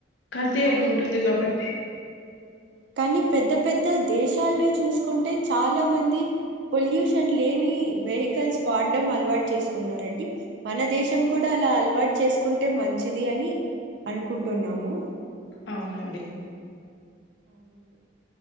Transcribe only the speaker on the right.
అవునండి
కానీ పెద్ద పెద్ద దేశాల్లో చూసుకుంటే చాలా మంది. పొల్యూషన్ లేని వెహికల్స్ వాడడం అలవాటు చేసుకున్న రండి. మన దేశం కూడా అలా అలవాటు చేసుకుంటే మంచిది అని అనుకుంటున్నాము.
అవునండి.